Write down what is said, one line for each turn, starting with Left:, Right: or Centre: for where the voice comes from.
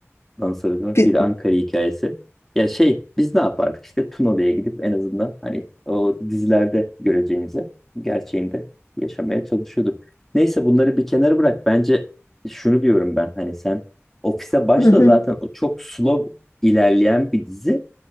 Centre: Dans Arıtmak
Left: Bir,
Centre: bir Ankara hikayesi. Ya şey biz ne yapardık İşte Tunalı'ya gidip en azından hani o dizilerde göreceğimizi gerçeğinde yaşamaya çalışıyorduk. Neyse bunları bir kenara bırak. Bence şunu diyorum ben hani sen ofise başla
Left: hı hı,
Centre: zaten o çok slow ilerleyen bir dizi.